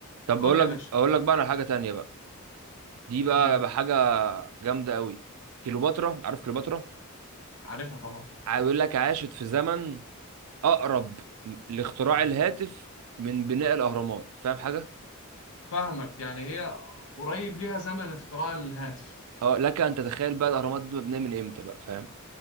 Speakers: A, on the right; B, on the left.
A: طب
B: قول
A: بقول
B: لي
A: لك
B: يا باشا
A: اقول لك بقى على حاجة تانية بقى دي بقى
B: اديني
A: بقى حاجة جامدة قوي كليوباترا عارف كليوباترا
B: عارفها طبعا
A: بيقول لك عاشت في زمن اقرب لاختراع الهاتف من بناء الاهرامات فاهم حاجه
B: فاهمك يعني هي قريب ليها زمن اختراع الهاتف
A: اه لك ان تتخيل بقى الاهرامات دي مبنيه من امتى بقى فاهم